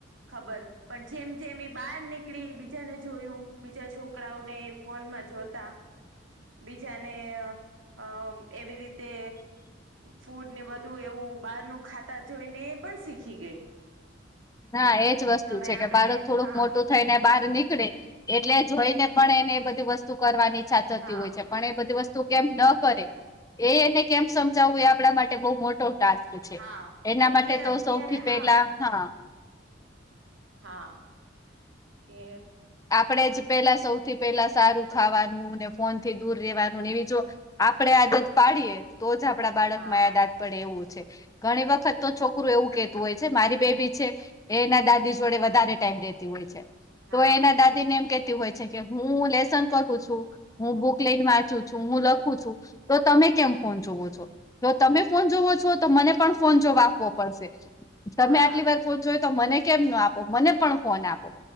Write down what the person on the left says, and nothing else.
હા, એજ વસ્તુ
છે
કે બાળક થોડુંક
મોટું થઈને બહાર નીકળે એટલે, જોઈને પણ એને એ બધી વસ્તુ કરવાની ઈચ્છા થ થતી
હોય છે, પણ એ બધી વસ્તુ તું કેમ ન કરે એ એને કેમ સમજાવવું એ આપણા માટે બહુ મોટો ટાસ્ક છે
એના
માટે
તો
સૌથી પેલા
હા.
આપણેે જ પેલા સૌથી પેલા સારું ખાવાનું ને ફોન થી દૂર રેવાનુંને એવી જો. આપડે આદત પાડીએ તો જ આપડા બાળક
માં આયાદાદ પડે એવું છે. ઘણી વખત તો છોકરું એવું કેતું હોય છે મારી બેબી છે. એ એના દાદી જોડે વધારે ટાઈમ રેતી હોય છે,
તો એના દાદીને એમ કેતી હોય છે કે હું લેસન કરું છું, હું બુક લઈને વાંચું છું, હું લખું છું તો તમે કેમ ફોન જોવો છો? તો તમે ફોન જોવો છો, તો મને પણ ફોન જોવા આપવો પડશે.
તમે આટલી વાર ફોન જોયો તો મને કેમ ના આપો? મને પણ ફોન આપો.